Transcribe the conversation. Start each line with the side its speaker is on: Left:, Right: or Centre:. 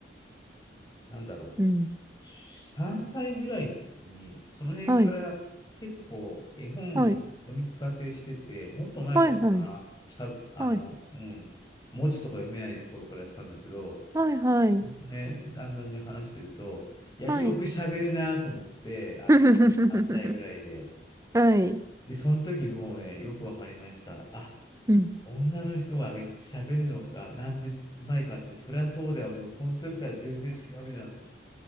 Left: なんだろう、
Right: うん。
Left: 3歳ぐらいの時に、その辺から結構絵本読み聞かせしてて、
Right: はい。はい。
Left: もっと前からかな、
Right: はい。はい。
Left: しゃ、あの、
Right: はい。
Left: うん、文字とか読めない頃からやってたんだけど、
Right: はい。はい。
Left: そうするとね、だんだんね、話してると、いや、
Right: はい。
Left: よく喋るなと思って、ある時、
Right: <laughs>
Left: 3歳ぐらいで、
Right: はい。
Left: で、その時もうね、よくわかりました。あ
Right: うん。
Left: 女の人が喋るのがなんでうまいかって、そりゃそうだよ。もうこの時から全然違うじゃんと思って。